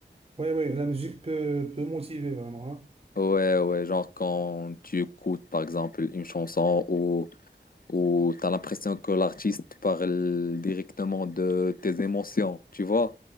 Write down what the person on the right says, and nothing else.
oui, oui, la musique peut, peut motiver vraiment, hein.